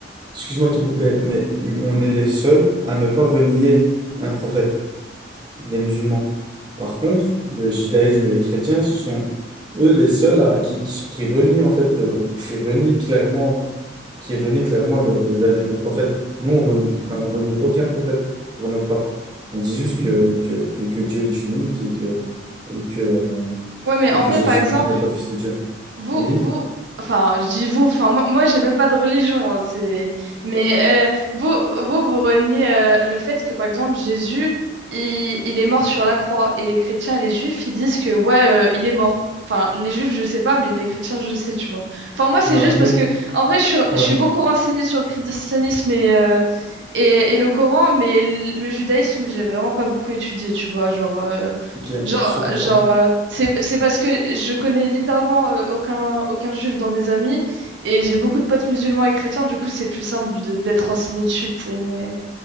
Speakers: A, on the right (about 25°); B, on the right (about 75°).
A: Excuse-moi de te couper, mais on est les seuls à ne pas renier un prophète, les musulmans. Par contre, le judaïsme et les chrétiens, ce sont eux les seuls à, qui, qui, qui renient en fait, euh, qui renient clairement, qui renient clairement le, le dernier des prophètes. Nous, on renie, enfin, on renie aucun prophète pour notre part. On dit juste que, que, que, que Dieu est unique et que, et que, euh,
B: Ouais, mais
A: et
B: en
A: que
B: vrai,
A: Jésus
B: par exemple,
A: n'est pas le fils de Dieu.
B: Vous,
A: Oui.
B: vous,
A: <laughs>
B: enfin, je dis vous, enfin, moi, moi j'ai même pas de religion, hein, c'est... Mais euh, vous, vous, vous reniez euh, le fait que, par exemple, Jésus, il, il est mort sur la croix, et les chrétiens et les juifs, ils disent que, ouais, euh, il est mort. Enfin, les juifs, je sais pas, mais les chrétiens, je sais, tu vois. Enfin, moi, c'est
A: Non,
B: juste
A: nous,
B: parce que, en vrai, je suis,
A: ouais,
B: je suis beaucoup renseignée sur le christianisme et, euh, et, et le Coran, mais le judaïsme, j'ai vraiment pas beaucoup étudié, tu vois, genre... euh,
A: ok,
B: Genre,
A: je te comprends.
B: genre euh, c'est, c'est parce que je connais littéralement euh, aucun, aucun juif dans mes amis et j'ai beaucoup de potes musulmans et chrétiens, du coup c'est plus simple de- d'être renseigné dessus. tu sais, Mais,